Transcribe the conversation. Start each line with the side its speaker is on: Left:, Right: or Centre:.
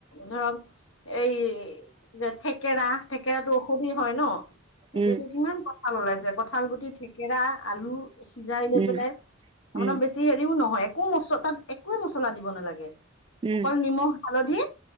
Left: ধৰক এই যে থেকেৰা থেকেৰাটো ঔষধি হয় ন'। এতিয়াতো
Right: উম
Left: কিমান কঠাল ওলাইছে, কঁঠাল গুটি, থেকেৰা, আলু সিজাই লৈ
Right: উম
Left: পেলাই
Right: উম।
Left: যি হেৰিও নহয়, একো মচ তাত একোৱে মছলা দিব নালাগে।
Right: উম
Left: অকল নিমখ হালধি